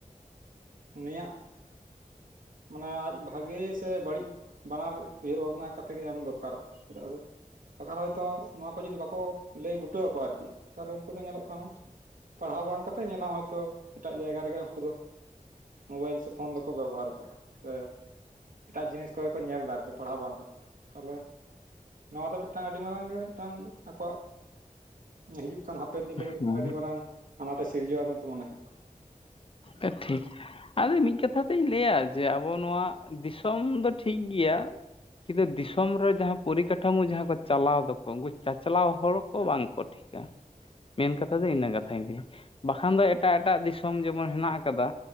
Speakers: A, on the right; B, on the left.
A: ᱩᱱᱤᱭᱟᱜ ᱢᱟᱱᱮ ᱟᱡ ᱵᱷᱟᱜᱮ ᱥᱮ ᱵᱟᱹᱲᱤᱡ ᱵᱟᱱᱟᱨ ᱩᱭᱦᱟᱹᱨ ᱵᱷᱟᱵᱽᱱᱟ ᱠᱟᱛᱮᱫ ᱜᱮ ᱮᱢ ᱫᱚᱨᱠᱟᱨᱚᱜ ᱠᱟᱱᱟ ᱪᱮᱫᱟᱜ ᱥᱮ ᱵᱟᱠᱷᱟᱱ ᱦᱚᱭᱛᱳ ᱱᱚᱣᱟ ᱠᱚ ᱡᱩᱫᱤ ᱵᱟᱠᱚ ᱞᱟᱹᱭ ᱵᱩᱴᱟᱹ ᱟᱠᱚᱣᱟ ᱟᱨᱠᱤ ᱛᱟᱦᱚᱞᱮ ᱩᱱᱠᱩ ᱫᱚ ᱧᱮᱞᱚᱜ ᱠᱟᱱᱟ, ᱯᱟᱲᱦᱟᱣ ᱵᱟᱝ ᱠᱟᱛᱮ ᱧᱮᱞᱟ ᱦᱚᱭᱛᱳ ᱮᱴᱟᱜ ᱡᱟᱭᱜᱟ ᱨᱮᱜᱮ ᱩᱱᱠᱩ ᱫᱚ᱾ ᱢᱳᱵᱟᱭᱤᱞ ᱥᱮ ᱯᱷᱳᱱ ᱫᱚᱠᱚ ᱵᱮᱵᱚᱦᱟᱨ ᱮᱫᱟ, ᱥᱮ ᱮᱴᱟᱜ ᱡᱤᱱᱤᱥ ᱠᱚᱜᱮ ᱠᱚ ᱧᱮᱞ ᱮᱫᱟ ᱟᱨᱠᱤ ᱯᱟᱲᱦᱟᱣ ᱵᱟᱝ ᱠᱟᱛᱮ ᱛᱟᱦᱚᱞᱮ ᱱᱚᱣᱟ ᱫᱚ ᱢᱤᱫᱴᱟᱝ ᱟᱹᱰᱤ ᱢᱟᱨᱟᱝ ᱜᱮ ᱢᱤᱫᱴᱟᱝ ᱟᱠᱚᱣᱟᱜ ᱦᱤᱡᱩᱜ ᱠᱟᱱ ᱦᱟᱯᱮᱱ ᱫᱤᱱ ᱞᱟᱹᱜᱤᱫ
B: ᱦᱮᱸ
A: ᱟᱹᱰᱤ ᱢᱟᱨᱟᱝ ᱟᱱᱟᱴᱮ ᱥᱤᱨᱡᱟᱹᱣᱟ ᱢᱮᱱᱛᱮ ᱢᱚᱱᱮ ᱦᱩᱭᱩᱜ ᱠᱟᱱᱟ᱾
B: ᱛᱟ ᱴᱷᱤᱠ ᱟᱫᱚ ᱢᱤᱫ ᱠᱟᱛᱷᱟ ᱛᱮᱧ ᱞᱟᱹᱭᱟ ᱡᱮ ᱟᱵᱚ ᱱᱚᱣᱟ ᱫᱤᱥᱚᱢ ᱫᱚ ᱴᱷᱤᱠ ᱜᱮᱭᱟ᱾ ᱠᱤᱱᱛᱩ ᱫᱤᱥᱚᱢ ᱨᱮ ᱡᱟᱦᱟᱸ ᱯᱚᱨᱤᱠᱟᱴᱷᱟᱢᱳ ᱡᱟᱦᱟᱸ ᱠᱚ ᱪᱟᱞᱟᱣ ᱫᱟᱠᱚ ᱩᱱᱠᱩ ᱪᱟᱪᱞᱟᱣ ᱦᱚᱲ ᱠᱚ ᱵᱟᱝ ᱠᱚ ᱴᱷᱤᱠ ᱢᱮᱱ ᱠᱟᱛᱷᱟ ᱫᱚ ᱤᱱᱟᱹ ᱠᱟᱛᱷᱟᱧ ᱞᱟᱹᱭᱟ ᱵᱟᱠᱷᱟᱱ ᱫᱚ ᱮᱴᱟᱜ ᱮᱴᱟᱜ ᱫᱤᱥᱚᱢ ᱡᱮᱢ ᱡᱮᱢᱚᱱ ᱦᱮᱱᱟᱜ ᱟᱠᱟᱫᱟ